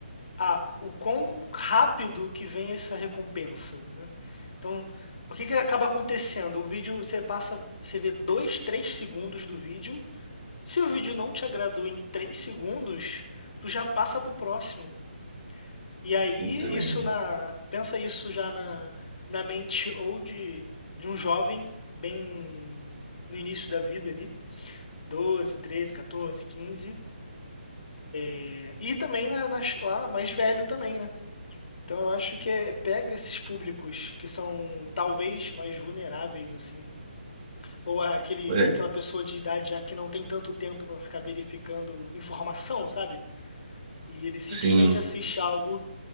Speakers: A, on the left; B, on the right.
A: a o quão rápido que vem essa recompensa, né? Então, o que que acaba acontecendo? O vídeo você passa, você vê 2, 3 segundos do vídeo. Se o vídeo não te agradou em 3 segundos, tu já passa pro próximo. E aí,
B: Puta merda.
A: isso na, pensa isso já na, na mente ou de, de um jovem bem no início da vida ali, 12, 13, 14, 15 é, e também na, nas- lá mais velho também, né? Então eu acho que é- pega esses públicos que são talvez mais vulneráveis assim, ou aquele
B: É,
A: aquela pessoa de idade já que não tem tanto tempo para ficar verificando informação, sabe? E ele simplesmente
B: sim.
A: assiste algo